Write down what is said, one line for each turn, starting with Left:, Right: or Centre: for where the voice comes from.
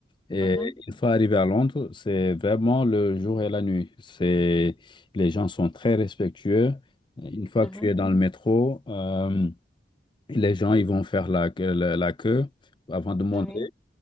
Left: Et
Centre: mhm,
Left: une fois arrivé à Londres, c'est vraiment le jour et la nuit. C'est, les gens sont très respectueux. Une fois
Centre: mhm.
Left: que tu es dans le métro, euh, les gens, ils vont faire la, la, la queue avant de monter.
Centre: Oui,